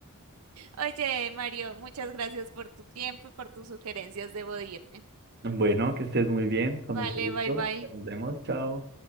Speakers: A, on the right; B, on the right.
A: Oye, Mario, muchas gracias por tu tiempo y por tus sugerencias. Debo de irme.
B: Bueno, que estés muy bien, con
A: Vale,
B: mucho gusto.
A: bye bye.
B: Ya nos vemos, chao.